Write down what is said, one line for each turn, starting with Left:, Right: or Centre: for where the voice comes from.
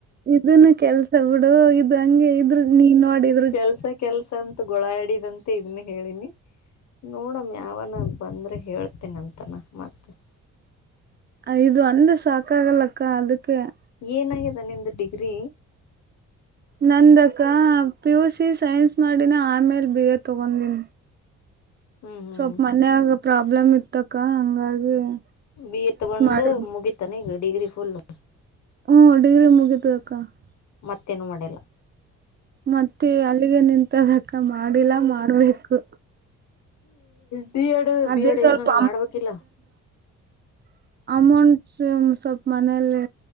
Right: ಇದನ್ನ ಕೆಲಸಾ ಬಿಡು ಇದು ಹಂಗೆ ಇದರ ನೀನ್ ನೋಡಿ. <inaudible>
Left: ಕೆಲಸಾ ಕೆಲಸಾ ಅಂತ ಗೊಳ ಆಡಿದಂತ. <inaudible> ಮತ್ತೆ ಇದನ್ನ ಹೇಳಿನಿ ನೋಡಮ್ಮ ಯಾವನ ಬಂದ್ರೆ ಹೇಳ್ತೀನ ಅಂತಾನ ಮತ್ತ. <inaudible>
Right: ಐದ ಒಂದ್ ಸಾಕಾಗಲ್ಲಕ್ಕ ಅದಕ್ಕೆ. <inaudible>
Left: ಏನಾಗಿದೆ ನಿಂದ ಡಿಗ್ರಿ? <inaudible>
Right: ನಂದ ಅಕ್ಕಾ ಪಿ ಯು ಸಿ ಸೈನ್ಸ್ ಮಾಡಿನ ಆಮೇಲ್ ಬಿ ಎ ತಗೊಂಡೀನಿ. <inaudible>
Left: ಹ್ಮ್ ಹ್ಮ್
Right: ಸ್ವಲ್ಪ ಮನ್ಯಾಗ ಪ್ರಾಬ್ಲಮ್ ಇತ್ತಕ್ಕ ಹಂಗಾಗಿ. <inaudible>
Left: ಬಿ ಇ ತಗೊಂಡ್
Right: ಮಾಡಿದ್ನಿ
Left: ಮುಗೀತನ ಈಗ ಡಿಗ್ರಿ ಫುಲ್? <inaudible>
Right: ಹೂ ಡಿಗ್ರಿ ಮುಗೀತ್ತದ ಅಕ್ಕಾ. <inaudible>
Left: ಮತ್ತೇ ಏನು ಮಾಡಿಲ್ಲ? <inaudible>
Right: ಮತ್ತೆ ಅಲ್ಲಿಗೆ ನಿಂತದಕ್ಕ ಮಾಡಿಲ್ಲಾ ಮಾಡಬೇಕು.
Left: ಬಿ ಎಡ್
Right: ಅದೇ
Left: ಬಿ ಎಡ್
Right: ಸ್ವಲ್ಪ
Left: ಏನಾನ ಮಾಡಬೇಕ ಇಲ್ಲ. <inaudible>
Right: <inaudible> ಅಮೌಂಟ್ಸ್ ಸ್ವಲ್ಪ ಮನೇಲಿ